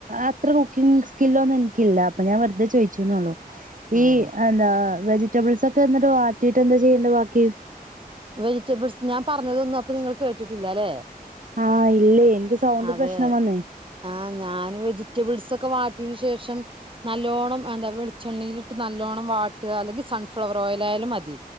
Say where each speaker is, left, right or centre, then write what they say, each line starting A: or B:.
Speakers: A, on the right (about 55°); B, on the right (about 35°).
A: അത്ര കുക്കിംഗ് സ്കില്ലൊന്നും എനിക്കില്ല അപ്പൊ ഞാൻ വെറുതെ ചോയിച്ചുന്നള്ളു
B: അതെല്ലെ
A: ഈ എന്താ വെജിറ്റബിൾസ് ഒക്കെ എന്നിട്ട് വാട്ടിയിട്ട് എന്താ ചെയ്യണ്ട ബാക്കി
B: വെജിറ്റബിൾസ് ഞാൻ പറഞ്ഞതൊന്നും അപ്പൊ നിങ്ങൾ കേട്ടിട്ടില്ല അല്ലെ
A: ആഹ് ഇല്ലേ എനിക്ക് സൗണ്ട്
B: അതെ
A: പ്രശ്നം വന്നേ
B: ആഹ് ഞാൻ വെജിറ്റബിൾസ് ഒക്കെ വാട്ടിയതിന് ശേഷം നല്ലോണ്ണം എന്താ വെളിച്ചെണ്ണയിലിട്ട് നല്ലോണ്ണം വാട്ടുക അല്ലെങ്കിൽ സൺഫ്ലവർ ഓയിൽ ഓയിൽ ആയാലും മതി